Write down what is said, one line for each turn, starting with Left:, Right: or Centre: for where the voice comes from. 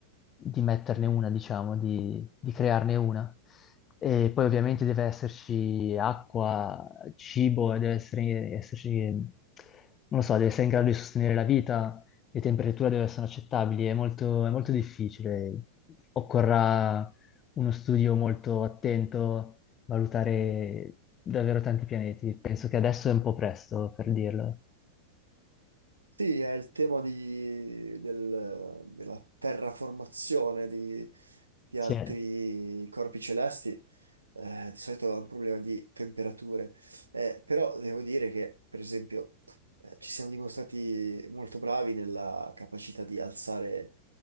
Left: di metterne una, diciamo, di, di crearne una. E poi ovviamente deve esserci acqua, cibo, e deve essere- esserci, non lo so, deve essere in grado di sostenere la vita, le temperature dove sono accettabili, è molto, è molto difficile. Occorrerà uno studio molto attento, valutare davvero tanti pianeti. Penso che adesso è un po' presto per dirlo.
Right: Sì, è il tema di- del- della terraformazione di di altri
Left: Sì,
Right: corpi celesti. eh, di solito è un problema di temperature, Eh, però devo dire che, per esempio, eh, ci siamo dimostrati molto bravi nella capacità di alzare,